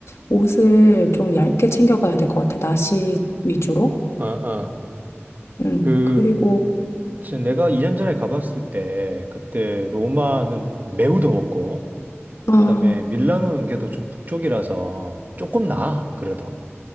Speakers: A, on the left (about 75°); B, on the right (about 40°).
A: 옷을 좀 얇게 챙겨가야 될 것 같아. 나시 위주로.
B: 아, 아.
A: 음.
B: 그,
A: 그리고
B: 진짜 내가 2년 전에 가봤을 때, 그때 로마는 매우 더웠고,
A: 아,
B: 그다음에 밀라노는 그래도 좀 북쪽이라서 조금 나아, 그래도.